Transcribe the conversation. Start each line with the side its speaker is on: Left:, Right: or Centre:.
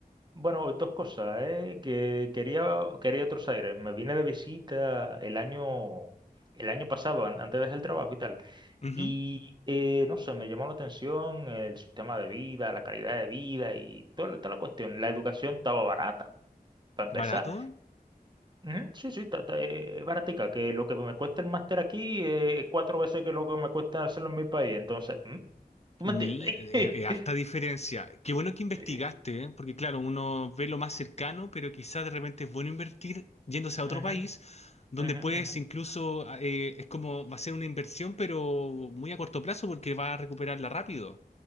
Right: Bueno, dos cosas, ¿eh? Que quería, quería otros aires. Me vine de visita el año, el año pasado, an- antes de dejar el trabajo y tal.
Left: Ujú.
Right: Y eh, no sé, me llamó la atención el sistema de vida, la calidad de vida y toda, toda la cuestión. La educación estaba barata, para empezar.
Left: ¿Barato?
Right: Ujú, sí, sí, está, está, eh, es baratica, que lo que me cuesta el máster aquí eh, es cuatro veces que lo que me cuesta hacerlo en mi país. Entonces, ¿mm? ¿tú
Left: Mi,
Right: me entiendes?
Left: eh,
Right: <laughs>
Left: eh, harta diferencia. Qué bueno que investigaste,
Right: Sí.
Left: ¿eh? Porque claro, uno ve lo más cercano, pero quizás de repente es bueno invertir yéndose
Right: Ujú,
Left: a otro país, donde
Right: ujú,
Left: puedes
Right: ujú.
Left: incluso, ah, eh, es como, va a ser una inversión, pero muy a corto plazo, porque va a recuperarla rápido.